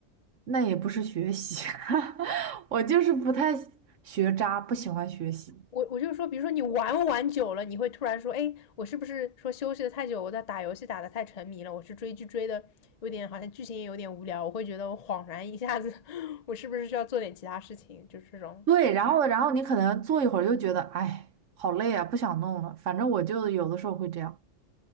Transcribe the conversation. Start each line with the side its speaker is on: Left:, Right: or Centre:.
Right: 那也不是学习，<laughs> 我就是不太喜学渣，不喜欢学习。
Left: 我我就说，比如说你玩玩久了，你会突然说，哎，我是不是说休息的太久，我在打游戏打的太沉迷了，我是追剧追的有点好像剧情也有点无聊，我会觉得我恍然一下子，<laughs> 我是不是需要做点其他事情？就是这种。
Right: 对，然后然后你可能坐一会儿又觉得，哎，好累啊，不想弄了。反正我就有的时候会这样。